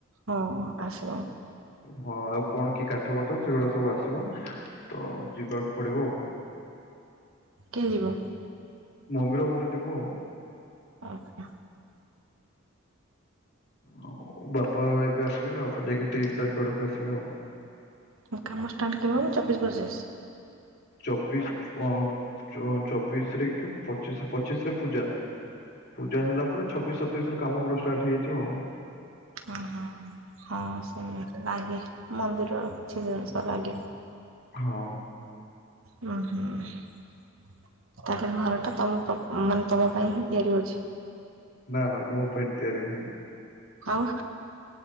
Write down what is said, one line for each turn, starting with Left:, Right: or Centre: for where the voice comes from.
Right: ହଁ ଆସିବ।
Left: ହଁ ଆଉ କଣ କି କାଠ ବାଠ ସେଗୁଡା ସବୁ ଆସିବ। ତ ଯିବାକୁ ପଡିବ ଆଉ।
Right: କିଏ ଯିବ?
Left: ମମିର ମୋର ଯିବୁ ଆଉ।
Right: ଓ ହୋ।
Left: ଆଉ ବାପା ଆଉ ଏବେ ଆସିବେନି। ବାପା ଯାଇକି ତେଇଶ ତାରିଖ ଆଡକୁ ଆସିବେ ଆଉ।
Right: ଆଉ କାମ ଷ୍ଟାର୍ଟ କେବେ ହବ ଚବିଶ ପଚିଶ?
Left: ଚବିଶ ଅ ଚ ଚବିଶ ରେ କି ପଚିଶ ପଚିଶ ରେ ପୂଜା। ପୂଜା ହେଲା ପରେ ଛବିଶ ସତେଇଶ ରୁ କାମ ପୁରା ଷ୍ଟାର୍ଟ ହେଇଯାଇଥବ ଆଉ।
Right: ଓହ। ହଁ ହଁ ସେମିତି ଲାଗେ ମନ୍ଦିରର କିଛି ଜିନିଷ ଲାଗେ।
Left: ହଁ।
Right: ହୁଁ ହୁଁ। ତ ଆପଣଙ୍କ ଘର ଟା ତମ ମାନେ ତମ ପାଇଁ ହିଁ ତିଆରି ହଉଚି?
Left: ନା ନା ମୋ ପାଇଁ ତିଆରି ହଉନି।
Right: ଆଉ?